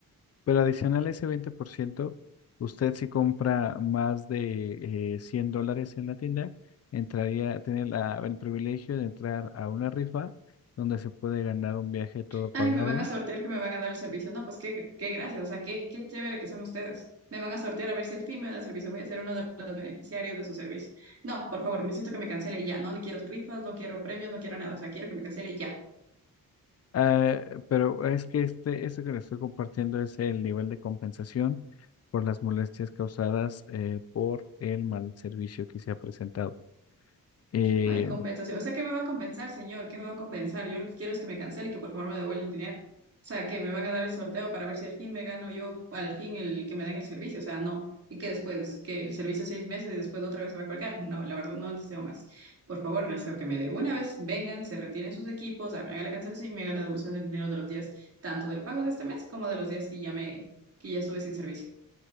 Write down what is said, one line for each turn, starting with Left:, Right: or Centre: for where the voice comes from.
Left: pero adicional a ese 20%, usted si compra más de eh, 100 dólares en la tienda, entraría, tiene la- el privilegio de entrar a una rifa donde se puede ganar un viaje todo pagado
Right: Ay, me van a sortear que me van a dar el servicio. No, pues qué, qué gracias, o sea, qué, qué chévere que son ustedes. Me van a sortear a ver si el fin me da el servicio. Voy a ser uno de los beneficiarios de su servicio. No, por favor, necesito que me cancele ya. No, no quiero rifas, no quiero premios, no quiero nada. O sea, quiero que me cancele ya.
Left: Ah, pero es que este, esto que les estoy compartiendo es el nivel de compensación por las molestias causadas eh, por el mal servicio que se ha presentado. Eh,
Right: Ay, compensación. O sea, ¿qué me va a compensar, señor? ¿Qué me va a compensar? Yo lo que quiero es que me cancele y que por favor me devuelva el dinero. O sea, que me van a dar el sorteo para ver si al fin me gano yo, al fin el que me den el servicio. O sea, no. Y que después, que el servicio seis meses y después otra vez se va a colgar. No, la verdad no deseo más. Por favor, deseo que me dé una vez, vengan, se retiren sus equipos, me haga la cancelación y me haga la devolución del dinero de los días, tanto del pago de este mes como de los días que ya me, que ya estuve sin servicio.